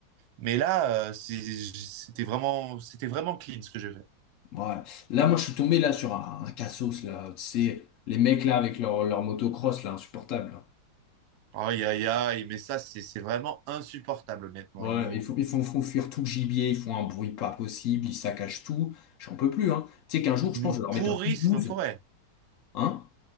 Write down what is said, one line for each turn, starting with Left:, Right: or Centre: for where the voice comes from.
Right: Mais là, euh, c'est- c'était vraiment, c'était vraiment clean ce que j'ai fait.
Left: Ouais. Là, moi, je suis tombé là sur un, un cassos, là. Tu sais, les mecs là avec leur, leur motocross, là, insupportable. là.
Right: Aïe aïe aïe, mais ça, c'est c'est vraiment insupportable, honnêtement.
Left: Ouais,
Right: Ils nous,
Left: ils font, ils font, font fuir tout le gibier, ils font un bruit pas possible, ils saccagent tout. J'en peux plus, hein. Tu sais qu'un jour,
Right: ils
Left: je pense,
Right: nous
Left: je vais leur
Right: pourrissent
Left: mettre un coup de douze
Right: nos forêts.
Left: Hein?